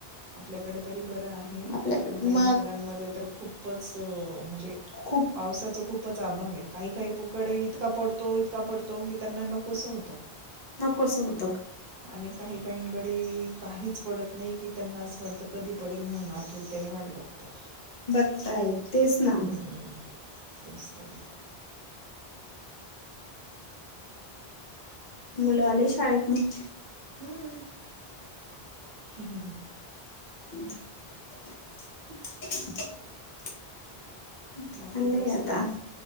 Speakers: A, on the right; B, on the left.
A: आपल्याकडे तरी बरं आहे
B: आपल्याकडे
A: पण काही
B: मग
A: भागांमध्ये तर खूपच म्हणजे
B: खूप
A: पावसाचा खूपच अभाव आहे काही काही प कडे इतका पडतो इतका पडतो की त्यांना नकोसं होतो.
B: कसं होत
A: आणि काही काहीं कडे काहीच पडत नाही की त्यांना असं वाटतं कधी पडेल म्हणून आतुरतेने वाट बघतात
B: बघताय. तेच ना
A: हम्म. तेच तर ना.
B: मुलं आले शाळेतनं
A: हं हम् हम् हम्
B: <inaudible> चालय
A: बाकी व्यवस्थित
B: आता